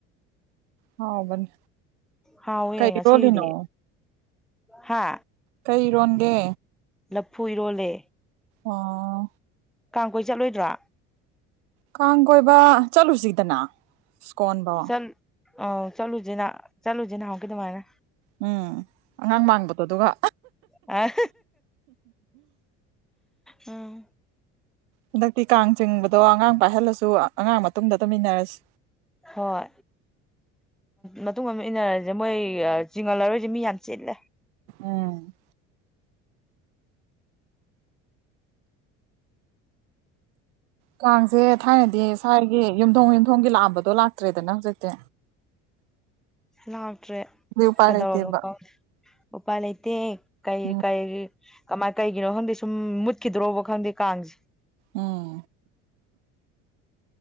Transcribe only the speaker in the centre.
ꯍꯥꯎ ꯑꯣꯏ
ꯉ
ꯁꯤꯗꯤ ꯍꯥ
ꯂꯐꯨ ꯏꯔꯣꯜꯂꯦ
ꯀꯥꯡ ꯀꯣꯏ ꯆꯠꯂꯣꯏꯗ꯭ꯔꯥ
ꯠ ꯑ ꯆꯠꯂꯨꯁꯤꯍ ꯆꯠꯂꯨꯁꯤꯦ ꯅꯍꯥꯟꯒꯤ ꯑꯗꯨꯃꯥꯏꯅ
ꯑ ꯎꯝ
ꯍꯣꯏ ꯃꯇꯨꯡ ꯑꯃ ꯏꯟꯅꯔꯁꯦ ꯃꯣꯏ ꯆꯤꯡꯍꯜꯂꯔꯣꯏꯁꯦ ꯃꯤ ꯌꯥꯝ ꯆꯤꯠꯂꯦ
ꯂꯥꯛꯇ꯭ꯔꯦ
ꯀꯗꯧꯔꯅꯣ
ꯀꯥꯎ ꯎꯄꯥ ꯂꯩꯩꯇ ꯀꯩ
ꯀꯩ ꯀꯃꯥꯏ ꯀꯩꯒꯤꯅꯣ ꯈꯪꯗꯦ ꯁꯨꯝ ꯃꯨꯠꯈꯤꯗ꯭ꯔꯣꯕ ꯈꯪꯗꯦ ꯀꯥꯡꯁꯦ <unintelligible>